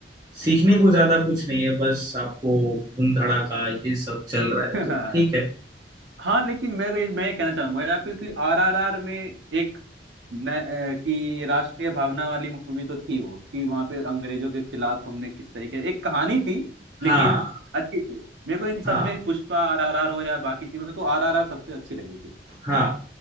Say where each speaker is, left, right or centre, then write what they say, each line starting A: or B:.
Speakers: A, on the right; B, on the right.
A: सीखने को ज्यादा कुछ नहीं है बस आपको धूम धड़ाका ये सब चल रहा है
B: <laughs>
A: तो ठीक है
B: हाँ लेकिन मैं ये मैं ये कहना चाहूंगा यहाँ पे कि आरआरआर में एक न, अ, कि राष्ट्रीय भावना वाली मूवी तो थी वो कि वहां पे अंग्रेजों के खिलाफ हमने किस तरीके एक कहानी थी लेकिन
A: हाँ
B: अच्छी थी मेरे को इन सब
A: हाँ
B: में पुष्पा आरआरआर हो या बाकी थी मेरे को आरआरआर सबसे अच्छी लगी थी
A: हाँ